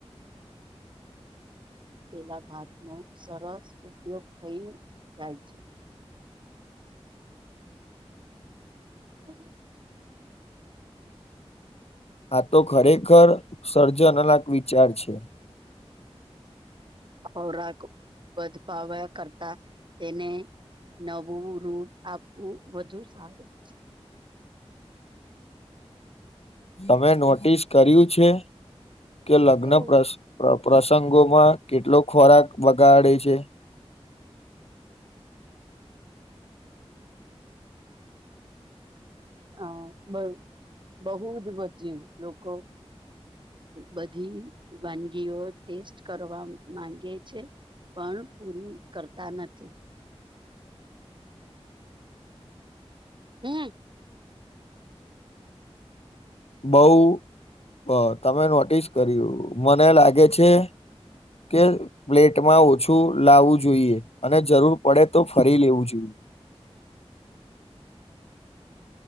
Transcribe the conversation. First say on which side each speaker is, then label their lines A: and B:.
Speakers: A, on the right; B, on the left.
A: તેના ભાત નો સરસ ઉપયોગ થઈ જાય છે. હ
B: આ તો ખરેખર સર્જન અલક વિચાર છે.
A: ખોરાક વધપાવવા કરતા તેને નવું રૂપ આપવું વધુ સારું.
B: તમે નોટિસ કર્યું છે કે લગ્ન
A: તો
B: પ્રસંગ પ્ર પ્રસંગોમાં કેટલો ખોરાક બગાડે છે. <unintelligible>
A: હ બ બહુ જ વધયુ લોકો બધી વાનગીઓ ટેસ્ટ કરવા માંગે છે. પણ પૂરી કરતા નથી હમ.
B: બઉ બ તમે નોટિસ કર્યું મને લાગે છે. કે પ્લેટમાં ઓછું લાવું જોઈએ અને જરૂર પડે તો ફરી લેવું જોઈએ.